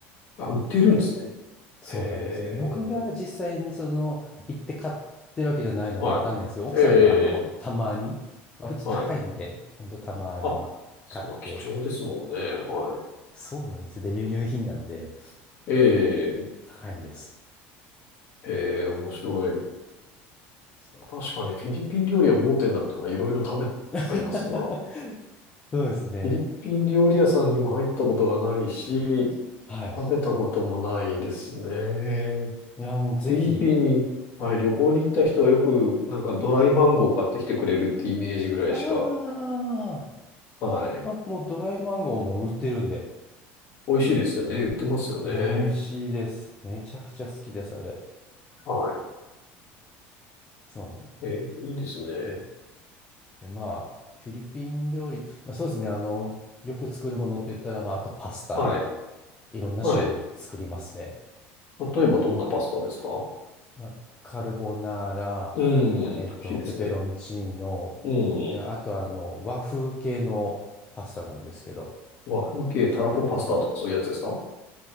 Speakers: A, on the left; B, on the left.
A: あ、売ってるんですね。
B: そうなんです。
A: へえ、
B: 僕が実際にその行って買ってるわけじゃないのでわかんないんですけど、
A: はい。
B: 奥さんがあのたまに、
A: ええ、
B: 割と高いんで、
A: はい。
B: ほんとたまに買って、
A: あ、まあ、貴重ですもんね。はい。
B: そうなんです。で、輸入品なんで
A: ええ、
B: 高いんです。
A: ええ、面白い。
B: そう
A: 確かにフィリピン料理は盲点だったな。いろいろ食べてはいますが。
B: <laughs> そうですね。
A: フィリピン料理屋さんにも入ったことがないし、
B: はい。
A: 食べたこともないですね。
B: いや、もうぜひ。
A: フィリピンに、はい、旅行に行った人はよく、なんかドライマンゴー買ってきてくれるってイメージぐらいしか、
B: あー
A: はい。
B: あ、もうドライマンゴーも売ってるんで、
A: 美味しいですよね。売ってますよね。
B: 美味しいです。めちゃくちゃ好きです、あれ。
A: は
B: そうなん
A: い。えーいいですね。
B: で。で、まあ、フィリピン料理、まあ、そうですね、あの、よく作るものって言ったら、まあ、あとパスタ、
A: はい。
B: いろんな種類作りますね。
A: はい。例えばどんなパスタですか
B: なんか、まあ、カルボナーラ、
A: うん。
B: えっと、
A: 美味しいですね。
B: ペペロンチーノ、
A: うん。
B: で、あとあの、和風系のパスタなんですけど、
A: 和風系たらこパスタとかそういうやつですか
B: それこそ、